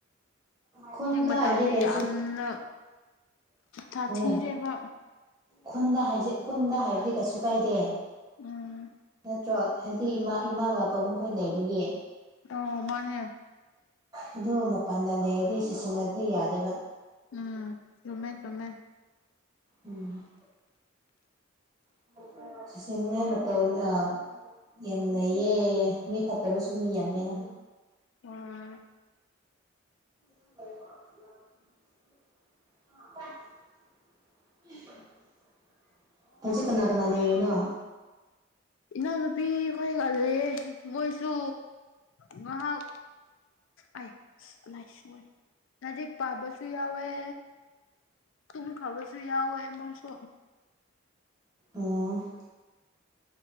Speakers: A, on the right; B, on the left.
A: ꯈꯨꯨꯟꯗꯥ
B: ꯍꯧꯖꯤꯛ ꯃꯇꯝꯗꯤ
A: ꯍꯥꯏꯗꯤ ꯀꯩꯁꯨ
B: ꯌꯥꯝꯅ ꯁꯥꯊꯤꯔꯦꯕ
A: ꯍꯣꯏ ꯈꯨꯟꯗ ꯈꯨꯟꯗ ꯍꯥꯏꯔꯗꯤ ꯀꯩꯁꯨ ꯀꯥꯏꯗꯦ꯫
B: ꯎꯝ
A: ꯇ꯭ꯔꯣ ꯍꯥꯏꯗꯤ ꯏꯃꯥ ꯏꯃꯥꯒ ꯄꯥꯕꯨꯡꯈꯣꯏ ꯂꯩꯕꯒꯤ
B: ꯑꯣ ꯃꯥꯅꯦ
A: ꯑꯗꯨ ꯃꯄꯥꯟꯗ ꯂꯩꯔꯗꯤ ꯁꯤꯖꯤꯟꯅꯗꯤ ꯌꯥꯗꯦꯕ
B: ꯎꯝ ꯆꯨꯝꯃꯦ ꯆꯝꯃꯦ
A: ꯎꯝ <unintelligible> ꯌꯥꯝ ꯂꯩꯌꯦ ꯃꯤ ꯐꯠꯇꯕꯁꯨ ꯃꯤ ꯌꯥꯝꯃꯦꯅ
B: ꯎꯝ꯫
A: <unintelligible> <unintelligible> ꯍꯧꯖꯤꯛ ꯀꯅꯥ ꯀꯅꯥ ꯂꯩꯔꯤꯅꯣ
B: ꯏꯅꯥꯎꯅꯨꯄꯤ ꯈꯣꯏꯒ ꯂꯩꯌꯦ ꯃꯣꯏꯁꯨ ꯉꯍꯥꯛ꯫ ꯑꯥꯏ ꯁꯨꯑꯥꯏ ꯂꯥꯏꯔꯤꯛ ꯄꯥꯕꯁꯨꯌꯥꯎꯑ‌ꯦ꯫ ꯇꯨꯝꯈ꯭ꯔꯕꯁꯨ ꯌꯥꯎꯋꯦ ꯃꯣꯏꯁꯨ
A: ꯑꯣ꯫